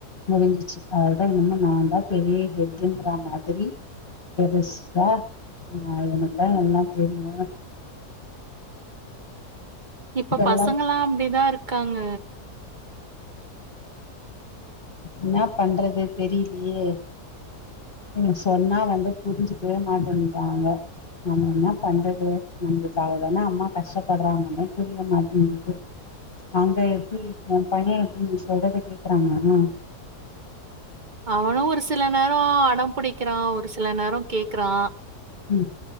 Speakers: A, on the left; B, on the right.
A: முடிஞ்சிச்சி அவ்ளதா இனிமே நா தாப் பெரிய ஹெட்டுன்ற மாதிரி பெருசா ஆ எனக்குதா எல்லா தெரியு
B: இப்ப
A: எல்லா
B: பசங்கலா அப்டிதா இருக்காங்க
A: என்ன பண்றது தெரிலியே உ சொன்னா வந்து புரிஞ்சுக்கவே மாட்டேன்றாங்க நம்ம என்ன பண்றது நம்மளுக்காக தானே அம்மா கஷ்டப்படுறாங்கன்னே புரிய மாட்டேங்குது அங்க எப்டி உன் பைய எப்டி நீ சொல்றத கேக்குறானா உம்
B: அவனு ஒரு சில நேரோ அடம் பிடிக்கிறா ஒரு சில நேரோ கேக்குறா
A: ம்